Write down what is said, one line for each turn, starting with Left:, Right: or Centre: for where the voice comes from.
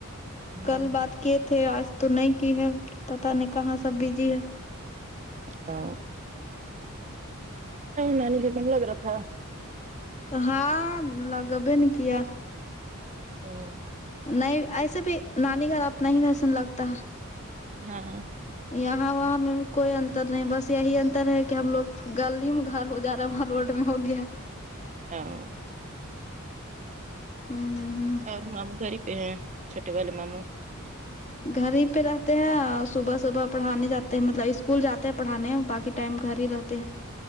Right: ہوں
Left: کل بات کیے تھے آج تو نہیں کی ہے پتہ نہیں کہاں سب بزی ہے
Right: ا نان گ من لگر تھاا
Left: ہاں لگبھی نے کیا
Right: ہوں
Left: نہیں ایسے بھی نانی گھر اپنا ہی گسن لگتا ہے
Right: ہاں
Left: یہاں وہاں میں کوئی انتر نہیں بس یہی انتر ہے کہ ہم لوگ گلی میں گھر ہو جا رہا ہےاں روڈ بھی ہوگیا ہے
Right: ہاں
Left: ہوں ہاں
Right: اور ماموں گھر ہی پہ ہیں چھوٹے والے ماموں
Left: گھر ہی پہ رہتے ہیں صبح صبح پڑھانے جاتے ہیں مطلب اسکول جاتے ہیں پڑھانے میں باقی ٹائم گھر ہی رہتے ہیں